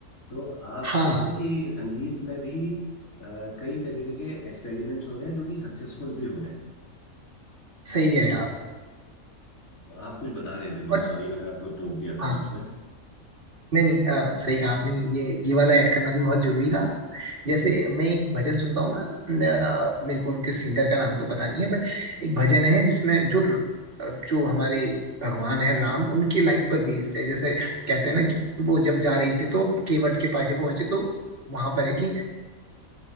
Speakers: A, on the left; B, on the right.
A: तो आप
B: हाँ
A: देख रहे हैं कि संगीत में भी अ, कई तरीके के एक्सपेरिमेंट्स हो रहे हैं जो कि सक्सेसफुल भी हो रहे हैं
B: सही कह रहे हैं आप
A: तो आप कुछ बता रहे थे मुझे
B: और
A: सॉरी मैंने आपको टोक दिया था
B: हाँ
A: बीच में
B: नहीं नहीं अ, सही कहा आपने ये ये वाला ऐड करना भी बहुत जरूरी था जैसे मैं एक भजन सुनता हूँ ना अ, मेरे को उनके सिंगर का नाम तो पता नहीं है बट एक भजन है जिसमें जो र- अ, जो हमारे भगवान है राम उनकी लाइफ पर बेस्ड है जैसे कहते हैं ना कि वो जब जा रही थी तो केवट के पास जब पहुंचे तो वहां पर है कि